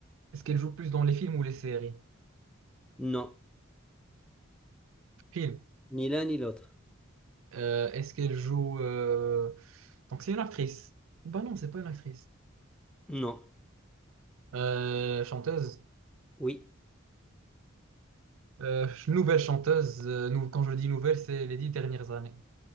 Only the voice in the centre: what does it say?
Non,
ni l'un ni l'autre.
Non,
oui.